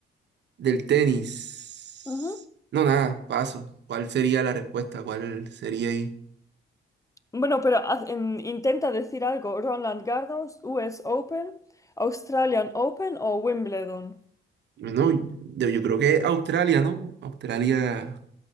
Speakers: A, on the right; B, on the left.
A: del tenis?
B: Ujú.
A: No, nada, paso. ¿Cuál sería la respuesta? ¿Cuál sería ahí?
B: Bueno, pero haz- em, intenta decir algo. Roland Garros, US Open, Australian Open o Wimbledon.
A: No, yo, yo creo que Australia, ¿no? Australia.